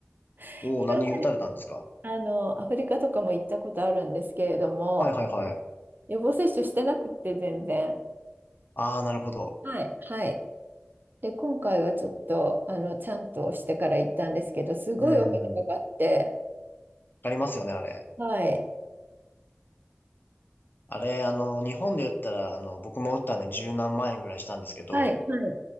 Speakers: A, on the right; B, on the left.
A: <laughs>
B: おお、
A: 今まで
B: 何打たれたんですか
A: あの、アフリカとかも行ったことあるんですけれども、
B: はいはいはい。
A: 予防接種してなくって全然。
B: ああ、なるほど。
A: はい、はい。で、今回はちょっと、あの、ちゃんとしてから行ったんですけど、すごいお金かかって、
B: うん。わかりますよね、あれ。
A: はい、
B: あれ、あの、日本で言ったら、あの、僕も打ったんで十何万円ぐらいしたんですけど、
A: はい、はい、